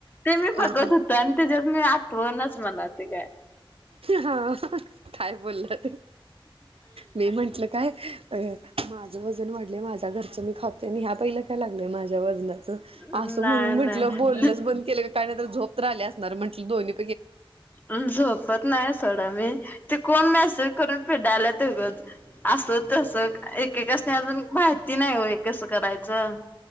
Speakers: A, on the left (about 20°); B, on the right (about 85°).
A: ते मी
B: हा
A: बघत होतो आणि तेच्यात मी आठवनाच मला ते काय.
B: हा काय बोललं ते मी म्हंटलं काय. हे माझं वजन वाढलय, माझ्या घरचं मी खातोय, आणि ह्या बाईला काय लागलय माझ्या वजनाच, अस
A: नाही
B: म्हणून म्हटलं
A: नाही
B: बोलणच बंद केलं काही नाही तर झोप तर आली असणार म्हटल दोन्ही
A: अ झोप. फोत नाही सोडा मी, ते कोण मेसेज करत पिडाल्यात गत. असं तसं एकेकासनी, अजून माहिती नही ओ, हे कसं करायचं?